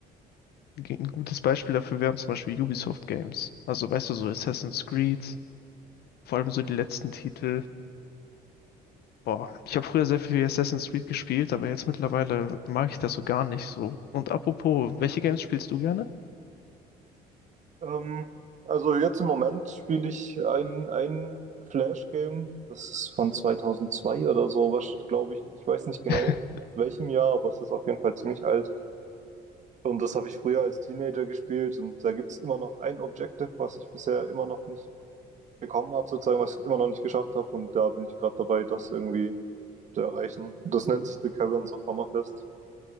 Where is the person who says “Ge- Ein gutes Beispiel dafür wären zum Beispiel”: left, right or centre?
Left